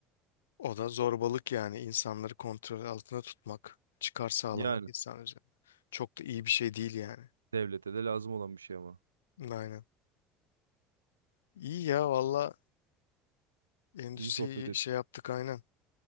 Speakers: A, on the left; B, on the right.
A: O da zorbalık yani insanları kontrol altında tutmak, çıkar sağlamak
B: Yani
A: insan üzerine. Çok da iyi bir şey değil yani.
B: devlete de lazım olan bir şey ama.
A: Aynen. İyi ya valla endüstriyi
B: İyi sohbet et.
A: şey yaptık aynen.